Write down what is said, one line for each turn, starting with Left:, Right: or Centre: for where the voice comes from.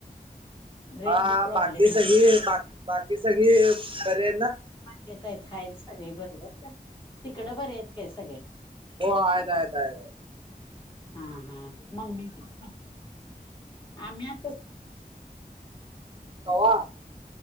Left: रेंज
Right: हा
Left: प्रॉब्लेम
Right: बाकी
Left: आहे
Right: सगळी बाकी बाकी सगळी बरी आहे ना
Left: येतय आहेताच सगळे बर आहेत तिकडं बरे आहेत काय सगळे
Right: हो आहेततयतय
Left: हा हा मम्मी पप्पा आम्ही आ
Right: कवा